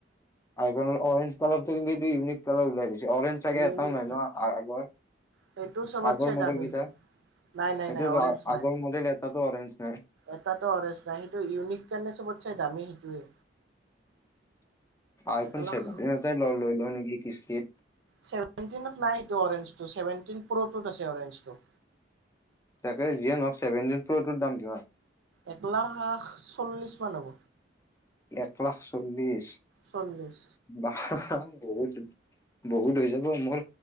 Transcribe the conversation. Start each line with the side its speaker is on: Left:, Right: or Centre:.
Left: আ অৰেঞ্জ কালাৰৰটো কিন্তু এইটো ইউনিক কালাৰ উলাইছে অৰেঞ্জ চাগে
Right: ইউনিক
Left: এটাও নাই ন আগৰ
Right: সেইটো চবতচে
Left: আগৰ মডেল
Right: দামী
Left: কেইটা সেইটো
Right: নাই নাই নাই অৰেঞ্জ নাই
Left: আগৰ মডেল এটা অৰেঞ্চজ নে
Right: এটাতো অৰেঞ্জ নাই সেইটো ইউনিক কাৰণে চবত চাই দামী সেইটোৱে
Left: আই
Right: এক
Left: ফোন
Right: লাখ
Left: চেভেনটি এটা লৈ ল নেকি কিস্তিত
Right: চেভেনটিনত নাইটো অৰেঞ্জ চেভেনটিন প্ৰটোত আছে অৰেঞ্জ টো
Left: তাকে যিয়ে নহক চেভেনটি প্ৰটোৰ দাম কিমান?
Right: এক লাখ চল্লিশ মান হব
Left: এক লাখ চল্লিশ
Right: চল্লিছ
Left: বা বহুত বহুত হৈ যাব মোৰ